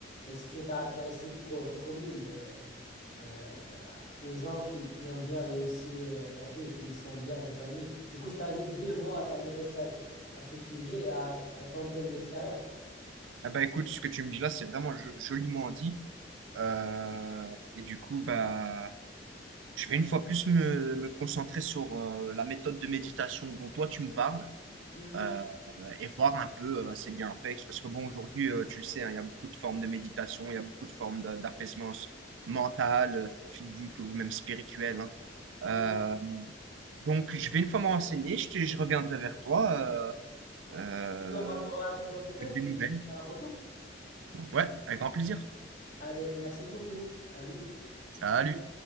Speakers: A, on the left; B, on the right.
A: Et c'est une caractéristique co- commune euh, euh, aux gens qui, qui ont bien réussi euh, leur vie, qui sont bien épanouis. Du coup, je t'invite vivement à t'intéresser à, su- à ce sujet et à, à tenter l'expérience.
B: Ah bah écoute, ce que tu me dis là, c'est vraiment jo- joliment dit. Euh, et du coup, bah, je vais une fois plus me, me concentrer sur euh, la méthode de méditation dont toi tu me parles
A: Mhm.
B: euh, et voir un peu euh, ses bienfaits. Parce que bon, aujourd'hui, euh, tu le sais, hein, il y a beaucoup de formes de méditation, il y a beaucoup de formes d'a- d'apaisement s- mental, euh, physique ou même spirituel. hein. Euh,
A: Mhm.
B: donc, je vais une fois me renseigner, je, te- je reviendrai vers toi euh, euh,
A: Mon rapport là plus en détail,
B: avec des
A: tu,
B: nouvelles.
A: tu fais un retour.
B: Ouais, avec grand plaisir.
A: Allez, merci beaucoup. Salut.
B: Salut.